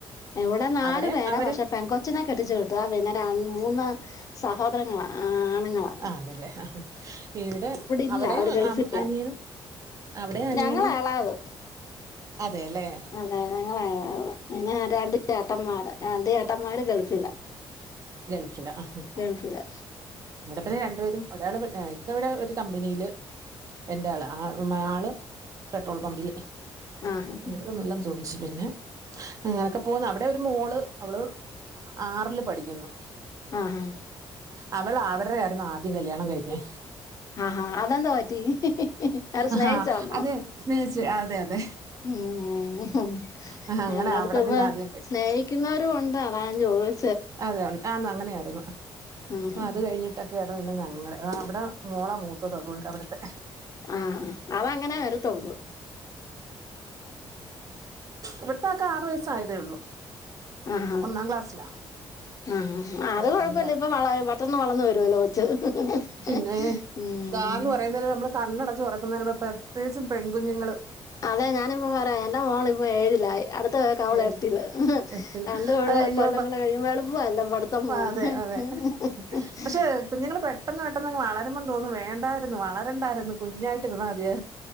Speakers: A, on the left; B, on the right.
A: ഇവ്ടെ നാലു
B: അവിടെയും
A: പേരാ
B: അവര്
A: പക്ഷെ പെങ്കൊച്ചിനെ കെട്ടിച്ചു വിട്ടതാ പിന്നെ രൺ മൂന്ന് സഹോദരങ്ങളാ ആണ്ങ്ങളാ
B: ആണ്ല്ലേ ഇവിടെ
A: ഇല്ല
B: അവിടെ
A: അവര് ഗൾഫില്ല
B: ആം അനിയനും അവിടെ അനിയനും
A: ഞങ്ങളാ എളായത്
B: അതെല്ലേ
A: അതെ <unintelligible> പിന്നെ രണ്ട് ചേട്ടമ്മാര് രണ്ട് ചേട്ടമ്മാര് ഗൾഫിലാ
B: ഗൾഫില ഹ ഹാ
A: ഇല്ല
B: ഇവടെത്തന്നെ രണ്ടുപേരും ഒരാള് ഇവടെ ഇക്ക ഇവടെ ഒരു കമ്പനീല് എന്റാ ആഹ് ഉം ആള്ല് പെട്രോൾ പമ്പില്
A: ആഹാ
B: <unintelligible> <unintelligible> പിന്നെ അങ്ങനൊക്കെ പോവുന്ന് അവടെ ഒരു മോള് അവള്- ആറില് പഠിക്കുന്നു
A: ആഹ് ആഹ്
B: അവള് അവരെയാരുന്നു ആദ്യം കല്യാണം കഴിഞ്ഞെ.
A: ആഹാ അതെന്തോ ഒറ്റക്ക് അവര്
B: ആ
A: സ്നേഹിച്ചതാർന്നോ
B: അതെ സ്നേഹിച്ച് അതെ അതെ
A: ഉം
B: ആ, അങ്ങനെ
A: എല്ലാട്ത്തും
B: അവിടെ
A: ഇപ്പൊ
B: പിന്നെ ആദ്യം കഴി-
A: സ്നേഹി ക്കുന്നവരും ഉണ്ട് അതാ ഞാ ചോയ്
B: അതെ <unintelligible> ആന്ന് അങ്ങനെയായിരുന്നു.
A: ഉം
B: അത് കഴിഞ്ഞി ട്ടൊക്കെയാരുന്നു പിന്നെ ഞങ്ങടെ. ആഹ് അവിടെ മോളാ മൂത്തത് അതുകൊണ്ട് അവിടുത്തെ
A: ആഹ്, അതങ്ങനെ വരത്തൊള്ളൂ.
B: ഇവ്ടെത്താൾക്ക് ആറു വയസ്സായതേ ഉള്ളൂ.
A: ആഹാ
B: ഒന്നാം ക്ലാസ്സിലാ
A: ആഹ് ആഹ് അത്
B: ഒ-
A: കൊഴപ്പല്ല
B: ഒന്നിലാ പഠിക്കുന്നത്.
A: ഇപ്പൊ വള പെട്ടെന്ന് വളന്നു വരു <unintelligible> ചെ <unintelligible>
B: പിന്നെ
A: ഉം
B: ഇതാന്ന് പറയുന്നതിന് നമ്മൾ കണ്ണടച്ച് തൊറക്കുന്നേരം നമ്മളെ പ്രത്യേകിച്ചും പെൺ കുഞ്ഞുങ്ങള്
A: അതെ ഞാനിപ്പ പറയാ എന്റെ മോളിപ്പൊ ഏഴിലായി അടു ത്ത <unintelligible> വള്
B: ഏ-
A: എട്ടില്.
B: എട്ടിൽ
A: രണ്ട് കൊള്ള
B: അത് കഴിഞ്ഞ
A: കൊല്ലങ്ങള് കഴിയുമ്പൊ <unintelligible> പഠിത്തം പോകുന്ന്
B: അതെ അതെ
A: <unintelligible>
B: പക്ഷെ കുഞ്ഞുങ്ങള് പെട്ടെന്ന് പെട്ടെന്നങ്ങ് വളരുമ്പം തോന്നും വേണ്ടായിരുന്നു വളരണ്ടായിരുന്നു. കുഞ്ഞായിട്ടിരുന്നാ മതിയായിരുന്നു